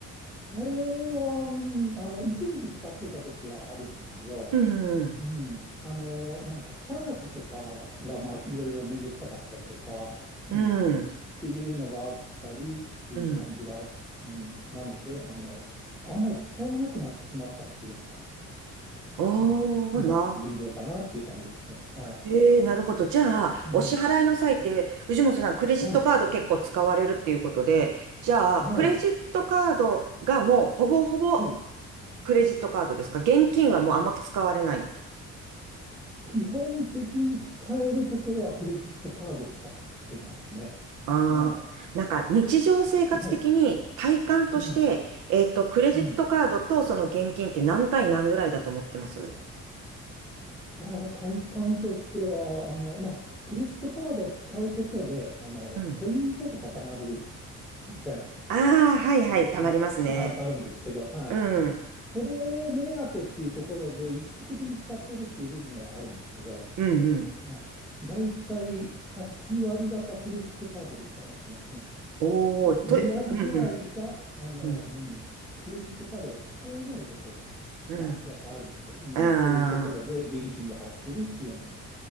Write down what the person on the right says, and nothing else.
うん、
うん、
うん。
おーな。
えー、なるほど。じゃあ、
お支払いの際って、藤本さん、クレジットカード結構使われるっていうことで、
じゃあ、
クレジットカードがもうほぼほぼ
クレジットカードですか現金はもうあんまり使われない。
ああ、
なんか日常生活的に体感として、
えっと、クレジットカードとその現金って何対何ぐらいだと思ってます
うん。
ああ、はいはい、たまりますね。
うん、
うん、うん。
おー、
と、うん、うん、
うん、
うん。
うーん。